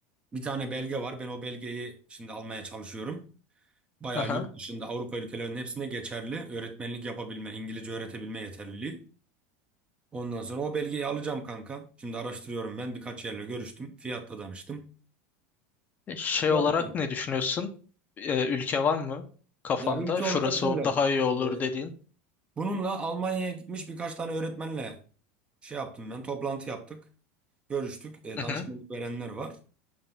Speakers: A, on the right; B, on the left.
A: bir tane belge var. Ben o belgeyi şimdi almaya çalışıyorum. Bayağı
B: Aha.
A: yurt dışında Avrupa ülkelerinin hepsinde geçerli. Öğretmenlik yapabilme, İngilizce öğretebilme yeterliliği. Ondan sonra o belgeyi alacağım kanka. Şimdi araştırıyorum ben. Birkaç yerle görüştüm. Fiyatla danıştım.
B: E, Şey
A: Yok
B: olarak
A: ki.
B: ne düşünüyorsun? E, ülke var mı kafanda?
A: Ya ülke
B: Şurası
A: olarak şöyle.
B: o- daha iyi olur
A: e,
B: dediğin.
A: bununla Almanya'ya gitmiş birkaç tane öğretmenle şey yaptım ben. Toplantı yaptık. Görüştük. E,
B: Hı
A: danışmanlık
B: hı.
A: verenler var.